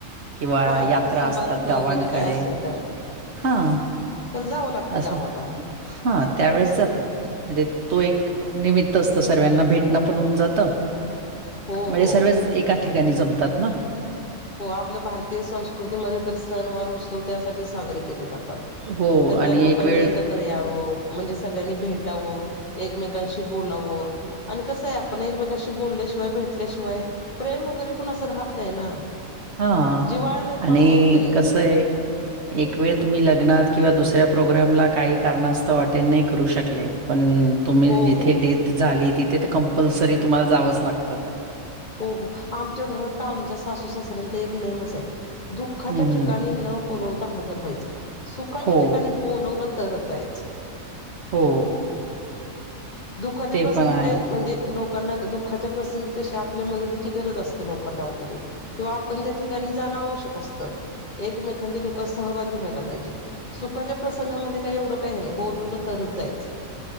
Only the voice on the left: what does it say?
हा
समारंभ
वगैरे काय
असेल तर
तर जावं लागतं
गावाला
हो
हो
हो आपल्या भारतीय संस्कृतीमध्ये तर सण वार उत्सव त्यासाठी साजरे केले जातात.
सगळ्या
लोकांनी
एकत्र. एकत्र याव म्हणजे सगळ्यांनी भेटावं एकमेकांशी बोलावं. आणि कसं आहे आपण एकमेकांशी बोलल्याशिवाय भेटल्याशिवाय प्रेम वगैरे पण असं राहत नाही ना.
जिव्हाळा निर्माण
होत नाही
हो
हो
हो हो आमच्या घरात तर आमच्या सासू सासऱ्यांचा एक नियमच आहे दुःखाच्या
ठिकाणी न बोलवता हजर व्हायचं सुखाच्या
ठिकाणी बोलवलं तरच जायचं
दुःखाच्या
प्रसंगी
काय म्हणजे लोकांना दुःखाच्या प्रसंगी कशी आपल्या मदतीची गरज असते लोकांना वगैरे किंवा आपण त्या ठिकाणी जाणं आवश्यक असतं एकमेकांच्या दुखात सहभागी व्हायला पाहिजे सुखाच्या प्रसंगामध्ये काय एवढं काय आहे नाही बोलवलं तरच जायचं